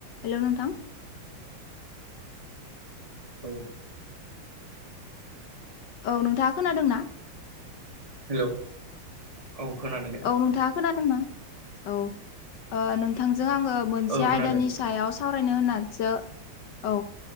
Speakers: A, on the left; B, on the right.
A: हेल' नोंथां
B: औ
A: औ नोंथाङा खोनादों ना?
B: हेलौ औ खोनादों दे
A: औ नोंथाङा खोनादोंना औ नोंथांजों आङो मोनसे
B: औ खोनादों
A: आयदानि सायाव सावरायनो होननानैसो औ